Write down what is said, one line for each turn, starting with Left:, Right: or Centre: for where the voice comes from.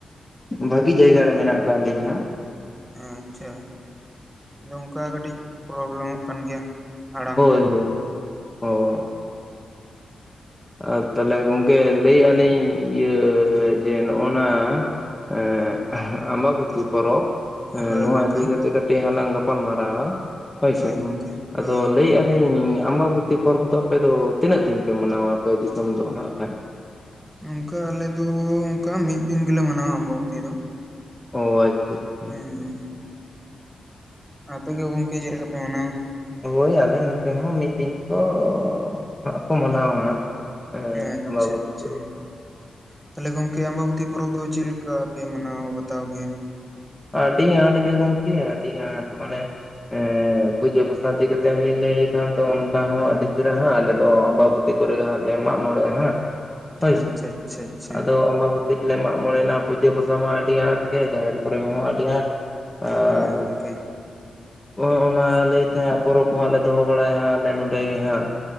Left: ᱵᱷᱟᱜᱤ ᱡᱟᱭᱜᱟ ᱨᱮ ᱢᱮᱱᱟᱜ ᱠᱟᱜ ᱞᱤᱧᱜᱟ
Centre: ᱟᱪᱪᱷᱟ ᱚᱱᱠᱟ ᱠᱟᱹᱴᱤᱡ ᱯᱨᱚᱵᱞᱮᱢᱚᱜ ᱠᱟᱱ ᱜᱮᱭᱟ ᱟᱲᱟᱝ
Left: ᱦᱳᱭ
Centre: ᱠᱚ
Left: ᱦᱳᱭ ᱚ ᱟᱨ ᱛᱟᱦᱚᱞᱮ ᱜᱚᱝᱠᱮ ᱞᱟᱹᱭ ᱞᱤᱧ ᱤᱭᱟᱹ ᱡᱮ ᱱᱚᱜᱼᱚ ᱱᱟ ᱮ ᱟᱢᱵᱟᱹᱵᱚᱛᱤ ᱯᱚᱨᱚᱵᱽ ᱦᱮᱸ
Centre: ᱦᱳᱭ
Left: ᱱᱚᱣᱟ
Centre: ᱜᱚᱝᱠᱮ
Left: ᱤᱫᱤ ᱠᱟᱛᱮᱜ ᱠᱟᱹᱴᱤᱡ ᱦᱟᱞᱟᱝ ᱜᱟᱯᱟᱞ ᱢᱟᱨᱟᱣᱟ ᱦᱳᱭ ᱥᱮ
Centre: ᱜᱚᱝᱠᱮ ᱦᱳᱭ
Left: ᱟᱫᱚ
Centre: ᱜᱚᱝᱠᱮ
Left: ᱞᱟᱹᱭᱟᱜᱼᱟ ᱞᱤᱧ ᱟᱢᱵᱟᱵᱚᱛᱤ ᱯᱚᱨᱚᱵ ᱫᱚ ᱟᱯᱮ ᱫᱚ ᱛᱤᱱᱟᱹᱜ ᱫᱤᱱ ᱯᱮ ᱢᱟᱱᱟᱣᱟ ᱟᱯᱮ ᱫᱤᱥᱚᱢ ᱫᱚ ᱦᱟᱸᱜ ᱠᱷᱟᱱ?
Centre: ᱚᱱᱠᱟ ᱟᱞᱮ ᱫᱚ ᱚᱱᱠᱟ ᱢᱤᱫ ᱫᱤᱱ ᱜᱮᱞᱮ ᱢᱟᱱᱟᱣᱟ ᱟᱢᱵᱟᱵᱚᱛᱤ ᱫᱚ ᱾
Left: ᱚ ᱟᱪᱪᱷᱟ ᱟᱪᱪᱷᱟ
Centre: ᱦᱩᱸ ᱦᱩᱸ ᱟᱯᱮ ᱜᱮ ᱜᱚᱝᱠᱮ ᱪᱮ ᱞᱮᱠᱟ ᱯᱮ ᱢᱟᱱᱟᱣᱟ?
Left: ᱦᱳᱭ ᱟᱞᱮ ᱱᱚᱛᱮ ᱦᱚᱸ ᱢᱤᱫ ᱫᱤᱱ ᱠᱚ ᱦᱟᱸᱜ ᱠᱚ ᱢᱟᱱᱟᱣᱟ ᱦᱟᱸᱜ ᱦᱮᱸ
Centre: ᱟᱪᱪᱷᱟ
Left: ᱟᱢᱵᱟᱵᱚᱛᱤ
Centre: ᱟᱪᱪᱷᱟ
Left: ᱯᱚᱨᱚᱵ ᱫᱚ
Centre: ᱛᱟᱦᱚᱞᱮ ᱜᱚᱝᱠᱮ ᱟᱢᱵᱟᱵᱚᱛᱤ ᱯᱚᱨᱚᱵ ᱫᱚ ᱪᱮᱫ ᱞᱮᱠᱟ ᱯᱮ ᱢᱟᱱᱟᱣ ᱵᱟᱛᱟᱣ ᱜᱮᱭᱟ?
Left: ᱟᱹᱰᱤ ᱟᱸᱴ ᱜᱮ ᱜᱚᱝᱠᱮ ᱟᱹᱰᱤ ᱟᱸᱴ ᱢᱟᱱᱮ ᱮᱸᱻ ᱯᱩᱡᱟᱹ ᱯᱟᱥᱟ ᱤᱫᱤ ᱠᱟᱛᱮᱫ ᱦᱚᱸᱞᱤᱧ ᱞᱟᱹᱭ ᱠᱷᱟᱱ ᱫᱚ ᱚᱱᱟ ᱦᱚᱸ ᱟᱹᱰᱤ ᱪᱮᱦᱨᱟ ᱦᱟᱸᱜ ᱟᱞᱮᱫᱚ ᱟᱢᱵᱟᱵᱚᱼᱼ ᱛᱤ ᱠᱚᱨᱮ ᱦᱟᱜ ᱞᱮ ᱢᱟᱜ-ᱢᱚᱬᱮᱜᱼᱟ ᱦᱟᱸᱜ ᱦᱳᱭᱥᱮ
Centre: ᱟᱪᱪᱷᱟ ᱟᱪᱪᱷᱟ ᱟᱪᱪᱷᱟ
Left: ᱟᱫᱚ ᱟᱢᱵᱟᱵᱚ ᱢᱟᱜ-ᱢᱚᱬᱮᱭᱱᱟ ᱯᱩᱡᱟᱹ ᱯᱟᱥᱟ ᱢᱟ ᱟᱹᱰᱤ ᱟᱸᱴ ᱜᱮ ᱡᱟᱦᱮᱨ ᱠᱚᱨᱮ ᱦᱚᱸ ᱟᱹᱰᱤ ᱟᱸᱴ ᱟᱨ
Centre: ᱦᱳᱭ ᱜᱚᱝᱠᱮ
Left: ᱚᱸ ᱚᱱᱟ ᱞᱟᱹᱭᱛᱮ ᱦᱟᱸᱜ ᱯᱚᱨᱚᱵᱽ ᱠᱚ ᱦᱟᱸᱜ ᱞᱮ ᱫᱚᱦᱚ ᱵᱟᱲᱟᱭᱟ ᱦᱟᱸᱜ ᱟᱞᱮ ᱱᱚᱸᱰᱮ ᱜᱮ ᱦᱟᱸᱜ